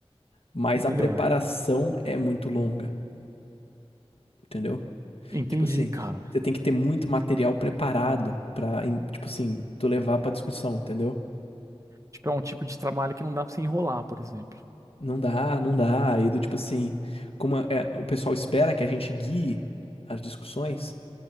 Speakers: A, on the left; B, on the right.
A: mas
B: Melhor.
A: a preparação é muito longa, entendeu?
B: Entendi,
A: Tipo assim,
B: cara.
A: você tem que ter muito material preparado pra, em- tipo assim, tu levar pra discussão, entendeu?
B: Tipo, é um tipo de trabalho que não dá pra você enrolar, por exemplo.
A: Não dá, não dá. Aí do tipo assim, como é- o pessoal espera que a gente guie as discussões,